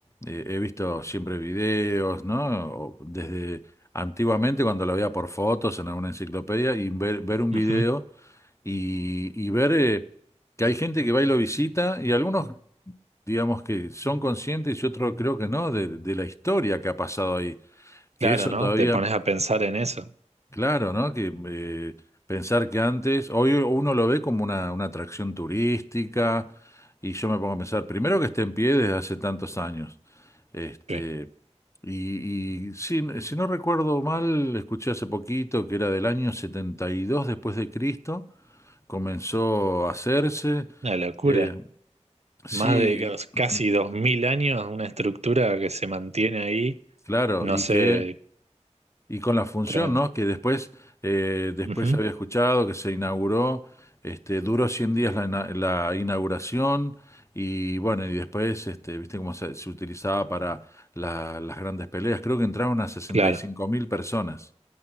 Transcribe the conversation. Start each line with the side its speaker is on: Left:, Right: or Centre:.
Left: eh, he visto siempre videos, ¿no? O Desde antiguamente cuando lo veía por fotos en alguna enciclopedia y ver, ver un video
Right: Ujú.
Left: y, y ver eh, que hay gente que va y lo visita y algunos, digamos, que son conscientes y otros creo que no, de de la historia que ha pasado ahí,
Right: Claro,
Left: que eso
Right: ¿no?
Left: todavía...
Right: Te pones a pensar en eso.
Left: Claro, ¿no? Que eh, pensar que antes, hoy uno lo ve como una, una atracción turística, y yo me pongo a pensar, primero que esté en pie desde hace tantos años. Este,
Right: Sí.
Left: y, y si, si no recuerdo mal, escuché hace poquito que era del año 72 después de Cristo, comenzó a hacerse.
Right: Una locura.
Left: eh, sí,
Right: Más de dos- casi
Left: <clears throat>
Right: dos mil años, una estructura que se mantiene ahí,
Left: claro,
Right: no
Left: y
Right: sé,
Left: que Y con la función,
Right: tremendo.
Left: ¿no? Que después, eh, después
Right: Ujú.
Left: había escuchado que se inauguró, este, duró 100 días la, ina- la inauguración y bueno, y después, este, viste cómo se, se utilizaba para la- las grandes peleas. Creo que entraron a sesenta
Right: Claro.
Left: y cinco mil personas.